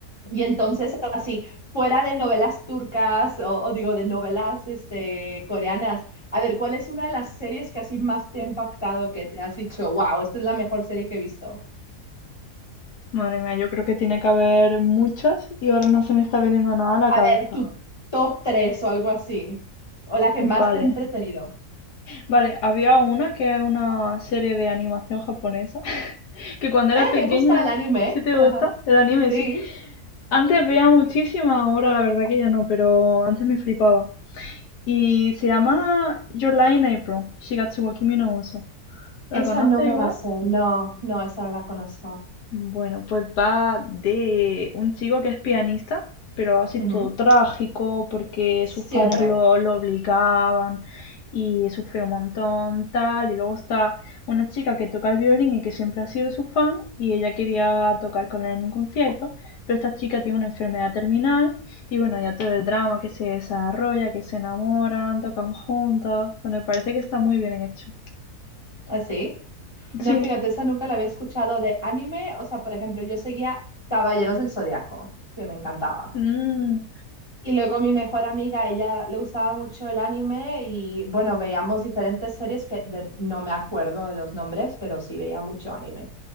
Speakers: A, on the left; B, on the left.
A: y entonces, así, fuera de novelas turcas o, o digo, de novelas este, coreanas, a ver, ¿cuál es una de las series que así más te ha impactado, que te has dicho, wow, esta es la mejor serie que he visto?
B: Madre mía, yo creo que tiene que haber muchas y ahora no se me está viniendo nada a la
A: A
B: cabeza.
A: ver, tu top 3 o algo así, o la que más
B: Vale.
A: te ha entretenido.
B: Vale, había una que es una serie de animación japonesa <laughs> que cuando era
A: Eh,
B: pequeña,
A: me gusta el anime.
B: ¿sí te
A: Ajá.
B: gusta? El anime,
A: Sí.
B: sí. Antes veía muchísima, ahora la verdad que ya no, pero antes me flipaba. Y se llama Your Lie in April, Shigatsu wa Kimi no Uso. ¿La
A: Esa
B: conoces
A: no me
B: igual?
A: la sé. No, no, esa no la conozco.
B: Bueno, pues va de un chico que es pianista, pero así
A: Ujú.
B: todo trágico, porque
A: Siempre.
B: sus padres lo, lo obligaban y sufrió un montón, tal. Y luego está una chica que toca el violín y que siempre ha sido su fan y ella quería tocar con él en un concierto, pero esta chica tiene una enfermedad terminal y bueno, ya todo el drama que se desarrolla, que se enamoran, tocan juntos. Bueno, me parece que está muy bien hecho.
A: Así. No,
B: Sí.
A: fíjate, esa nunca la había escuchado de anime. O sea, por ejemplo, yo seguía Caballeros del Zodiaco, que me encantaba.
B: Mm.
A: Y luego mi mejor amiga, ella le gustaba mucho el anime y bueno, veíamos diferentes series que de- no me acuerdo de los nombres, pero sí veía mucho anime.